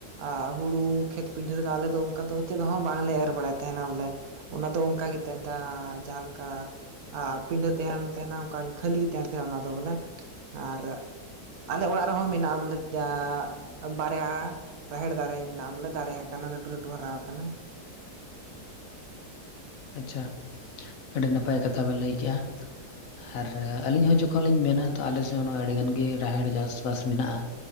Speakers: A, on the right; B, on the left.
A: ᱟ ᱦᱩᱲᱩ ᱠᱷᱮᱛ ᱯᱤᱰᱷᱟᱹ ᱨᱮᱫᱚ ᱟᱞᱮ ᱫᱚ ᱚᱱᱠᱟ ᱫᱚ ᱪᱮᱫ ᱦᱚᱸ ᱵᱟᱝᱞᱮ ᱮᱨ ᱵᱟᱲᱟᱭᱮᱫ ᱛᱟᱦᱮᱱᱟ ᱵᱚᱞᱮ ᱚᱱᱟ ᱫᱚ ᱚᱱᱠᱟ ᱜᱮ ᱛᱟᱦᱮᱱ ᱛᱟᱦᱮᱸᱟ ᱡᱟᱦᱟᱸᱞᱮᱠᱟ <unintelligible> ᱯᱤᱰᱟᱹ ᱛᱟᱦᱮᱱ ᱛᱟᱦᱮᱱᱟ ᱚᱱᱠᱟᱜᱮ ᱠᱷᱟᱹᱞᱤ ᱜᱮ ᱛᱟᱦᱮᱱ ᱛᱟᱦᱮᱱᱟ ᱚᱱᱟ ᱫᱚ ᱵᱚᱞᱮ ᱟᱨ ᱟᱞᱮ ᱚᱲᱟᱜ ᱨᱮᱦᱚᱸ ᱢᱮᱱᱟᱜᱼᱟ ᱵᱚᱞᱮ <unintelligible> ᱵᱟᱨᱭᱟ ᱨᱟᱦᱮᱲ ᱫᱟᱨᱮ ᱢᱮᱱᱟᱜᱼᱟ ᱵᱚᱞᱮ ᱫᱟᱨᱮ ᱟᱠᱟᱱᱟ ᱞᱟᱹᱴᱩ ᱞᱟᱹᱴᱩ ᱦᱟᱨᱟ ᱟᱠᱟᱱᱟ
B: ᱟᱪᱪᱷᱟ <unintelligible> ᱟᱹᱰᱤ ᱱᱟᱯᱟᱭ ᱠᱟᱛᱷᱟ ᱵᱮᱱ ᱞᱟᱹᱭ ᱠᱮᱜᱼᱟ ᱟᱨ ᱟᱹᱞᱤᱧ ᱦᱚᱸ ᱡᱚᱠᱷᱚᱱ ᱞᱤᱧ ᱢᱮᱱᱟ ᱛᱚ ᱟᱞᱮ ᱥᱮᱫ ᱦᱚᱸ ᱟᱹᱰᱤᱜᱟᱱ ᱜᱮ ᱨᱟᱦᱮᱲ ᱪᱟᱥ ᱵᱟᱥ ᱢᱮᱱᱟᱜᱼᱟ